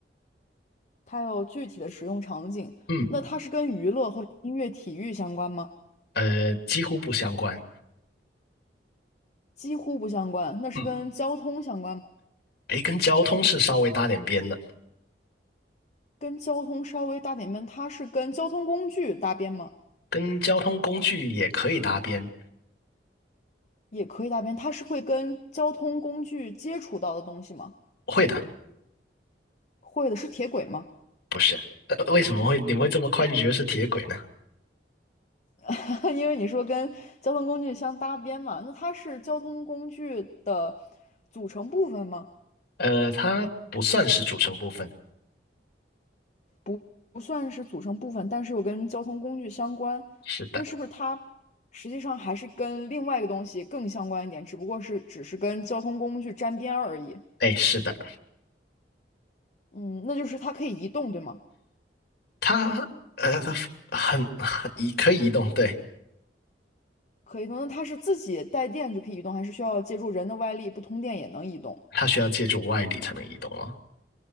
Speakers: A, on the left; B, on the left.
A: 它有具体的使用场景。
B: 嗯，
A: 那它是跟娱乐或者音乐、体育相关吗？
B: 呃，几乎不相关，
A: 几乎不相关。那是跟交通相关吗？
B: 嗯，诶，跟交通是稍微搭点边的，
A: 跟交通稍微搭点边，它是跟交通工具搭边吗？
B: 跟交通工具也可以搭边，
A: 也可以搭边，它是会跟交通工具接触到的东西吗？
B: 会的，
A: 会的，是铁轨吗？
B: 不是，呃，为什么会你们会这么快就觉得是铁轨呢？
A: <laughs> 因为你说跟交通工具相搭边嘛，那它是交通工具的组成部分吗？
B: 呃，它不算是组成部分，
A: 不，不算是组成部分，但是又跟交通工具相关，
B: 是的，
A: 那是不是它实际上还是跟另外一个东西更相关一点，只不过是只是跟交通工具沾边而已？
B: 哎，是的。
A: 嗯，那就是它可以移动，对吗？
B: 它呃，它很很移可以移动，对，
A: 可移动，那它是自己带电就可以移动，还是需要借助人的外力，不通电也能移动？
B: 它需要借助外力才能移动哦。